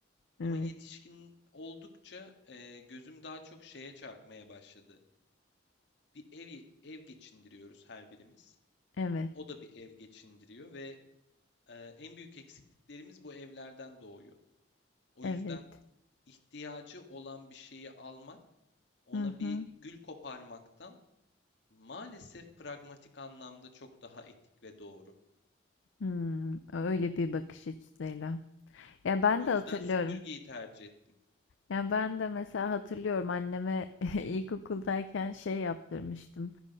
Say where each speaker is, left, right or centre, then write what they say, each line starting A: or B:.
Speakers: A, on the left; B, on the left.
A: Evet.
B: Ama yetişkin oldukça e, gözüm daha çok şeye çarpmaya başladı. Bir ev ev geçindiriyoruz her birimiz.
A: Evet,
B: O da bir ev geçindiriyor ve e, en büyük eksikliklerimiz bu evlerden doğuyor. O
A: evet.
B: yüzden ihtiyacı olan bir şeyi almak, ona
A: Hı
B: bir
A: hı.
B: gül koparmaktan maalesef pragmatik anlamda çok daha etik ve doğru.
A: Hımm, öyle bir bakış açısıyla. Ya, ben
B: O
A: de
B: yüzden
A: hatırlıyorum.
B: süpürgeyi tercih ettim.
A: Yani ben de mesela hatırlıyorum anneme <laughs> ilkokuldayken şey yaptırmıştım.